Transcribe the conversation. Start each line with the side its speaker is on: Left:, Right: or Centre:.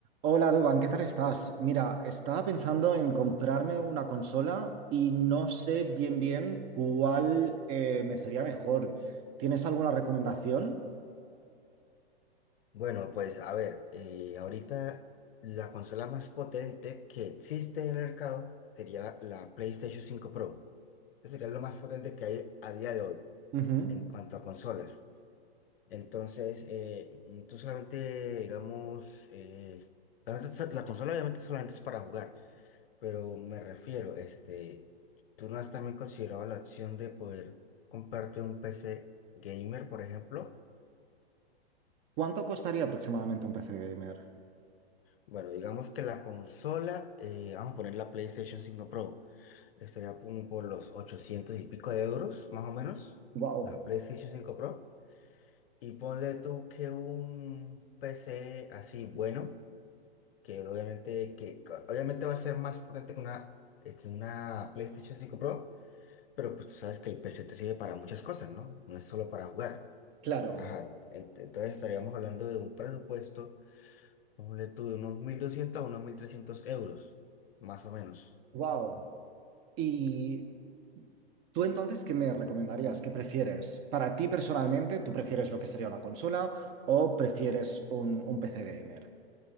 Right: Hola Duban, ¿qué tal estás? Mira, estaba pensando en comprarme una consola y no sé bien bien cuál eh, me sería mejor. ¿Tienes alguna recomendación?
Left: Bueno, pues a ver, eh, ahorita la consola más potente que existe en el mercado sería la la PlayStation cinco Pro. Esa sería lo más potente que hay a día de hoy
Right: Ujú.
Left: en cuanto a consolas. Entonces, eh, mm, tú solamente, digamos, eh, obviamente sa- la consola obviamente solamente es para jugar, pero me refiero, este, ¿tú no has también considerado la opción de poder comprarte un PC gamer, por ejemplo?
Right: ¿Cuánto costaría aproximadamente un PC gamer?
Left: Bueno, digamos que la consola, eh, vamos a poner la PlayStation cinco Pro, estaría como por los 800 y pico de euros, más o menos,
Right: Wow,
Left: la PlayStation cinco Pro. Y ponle tú que un PC así bueno, que obviamente, que, co- obviamente va a ser más potente que una, eh, que una PlayStation cinco Pro, pero pues tú sabes que el PC te sirve para muchas cosas, ¿no? No es solo para jugar.
Right: claro,
Left: Ajá, ent- entonces estaríamos hablando de un presupuesto ponle tú de unos 1.200 a unos 1.300 euros, más o menos.
Right: wow. ¿Y tú entonces qué me recomendarías? ¿Qué prefieres? Para ti personalmente, ¿tú prefieres lo que sería una consola o prefieres un, un PC gamer?